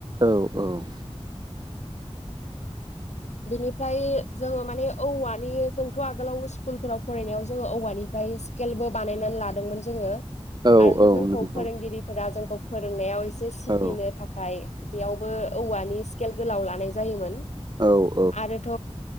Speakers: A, on the right; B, on the left.
A: औ औ
B: बिनिफ्राय जोङो माने औवानि जोंथ' आगोलाव स्कुलफोराव फरायनायाव जोङो औवानिफ्राय सि केलबो बानायनानै लादोंमोन जोङो
A: औ
B: आरो
A: औ
B: जोंखौ
A: नंगौ
B: फोरोंगिरि फोरा जोंखौ फोरोंनायाव एसे सिगिनो
A: औ
B: थाखाय बेयावबो औवानि स्केल गोलाव लानाय जायोमोन।
A: औ
B: आरोथ'